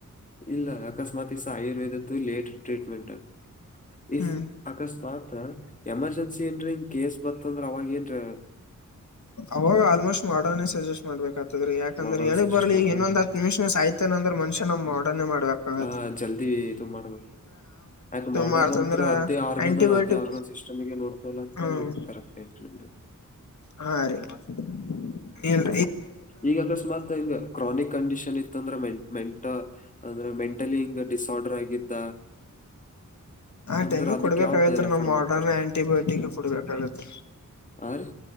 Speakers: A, on the left; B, on the left.
A: ಇಲ್ಲ ಅಕಸ್ಮಾತ್ಸ ಆಯುರ್ವೇದದ್ದ ಲೇಟ್ ಟ್ರೀಟ್ಮೆಂಟ್ ಇಫ್
B: ಹ್ಮ್
A: ಅಕಸ್ಮಾತ್ ಎಮರ್ಜೆನ್ಸಿ ಏನ್ರೀನ್ ಕೇಸ್ ಬತ್ಂದ್ರ ಅವಾಗ ಏನ್ರೀ
B: ಅವಾಗ ಆಲ್ಮೋಸ್ಟ್ ಮಾಡಾನೆ ಸಜೆಸ್ಟ್ ಮಾಡ್ಬೇಕ ಯಾಕಂದ್ರೆ
A: ಮಾಡೋನ್
B: ಹೇಳಿಗ್
A: ಸಜೆಸ್ಟ್
B: ಬರ್ಲಿ
A: ಮಾಡೋದೇನ್ರಿ
B: ಈಗ ಇನ್ನೊಂದ್ ಹತ್ ನಿಮಷ ಸಾಯ್ತ ಅಂದ್ರ ಮನುಷ್ಯನಮ್ ಮಾಡೋಡನೇ ಮಾಡಬೇಕಕ್ಗತ್ರಿ
A: ಆ ಜಲ್ದಿ ಇದು ಮಾಡ ಯಾಕ ಮಾಡರ್ಂತ
B: ಮಾರ್ತಂದ್ರ
A: ಅದೇ ಆರ್ಗನ
B: ಆಂಟಿಬಯೋಟಿಕ್
A: ಅದೇ ಆರ್ಗನ್ ಸಿಸ್ಟಮ್ಗೆ ನೋಡ್ತ ಇಲ್ಲ
B: ಹ್ಮ್
A: ಕರೆಕ್ಟ್ ಆ
B: ಹಾ ನೀ
A: ಈಗ ಅಕಸ್ಮಾತ್ ಹಂಗ ಕ್ರಾನಿಕ್ ಕಂಡೀಷನ್ ಇತ್ತ ಅಂದ್ರೆ ಮೆಂ ಮೆಂಟ ಅಂದ್ರೆ ಮೆಂಟಲಿ ಹಿಂಗ ಡಿಸ್ರ್ಡರ್ ಆಗಿದ್ದ
B: ಆ
A: ಅಂದ್ರ
B: ಟೈಮಿ
A: ಅದಕ್
B: ಕೊಡ್ಬೇಕಾಗತ್
A: ಯಾವ್ದ್ ರೆಫರ್
B: ನಮ್ ಮಾಡ್ರನ್
A: ಮಾಡ್ತೇರಿ ನೀವು
B: ಆಂಟಿಬಯೋಟಿಕ್ ಕೊಡ್ಬೇಕಾಗತ್
A: ಆ ರೀ